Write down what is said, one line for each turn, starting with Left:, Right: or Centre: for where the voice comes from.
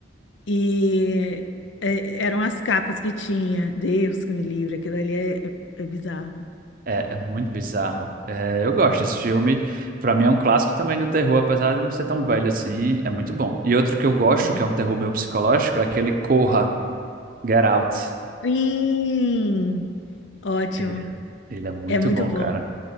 Left: E é, eram as capas que tinha. Deus que me livre, aquilo ali é, é, é bizarro.
Right: É, é muito bizarro. É, eu gosto desse filme. Pra mim é um clássico também do terror, apesar de não ser tão velho assim. É muito bom. E outro que eu gosto,
Left: Uhum.
Right: que é um terror meio psicológico, é aquele Corra, Get Out.
Left: Sim, ótimo.
Right: É, ele é muito
Left: É muito
Right: bom,
Left: bom.
Right: cara.